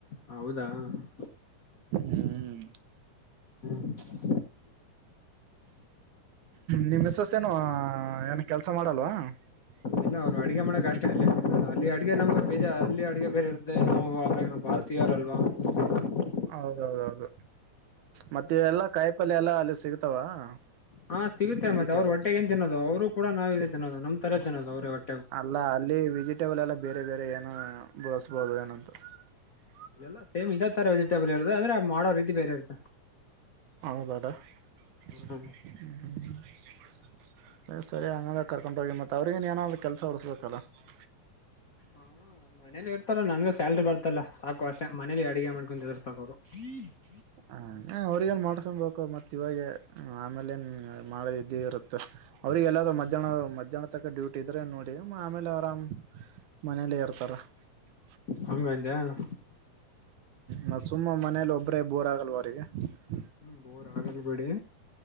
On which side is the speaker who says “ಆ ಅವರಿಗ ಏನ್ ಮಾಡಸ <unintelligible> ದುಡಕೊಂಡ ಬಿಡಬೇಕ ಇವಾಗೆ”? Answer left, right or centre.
Right